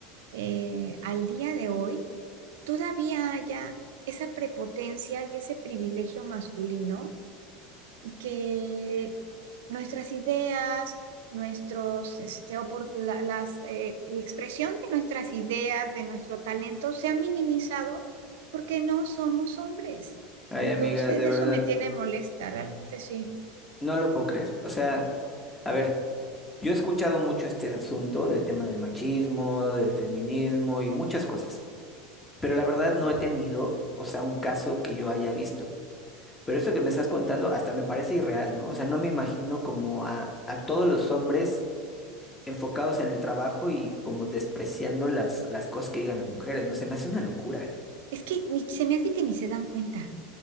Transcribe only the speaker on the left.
Ay,
amiga, de
verdad,
no lo puedo creer. O sea, a ver, yo he escuchado mucho este asunto del tema del machismo, del feminismo y muchas cosas, pero la verdad no he tenido, o sea, un caso que yo haya visto. Pero eso que me estás contando hasta me parece irreal, ¿no? O sea, no me imagino como a, a todos los hombres enfocados en el trabajo y como despreciando las, las cosas que digan las mujeres, ¿no? Se me hace una locura.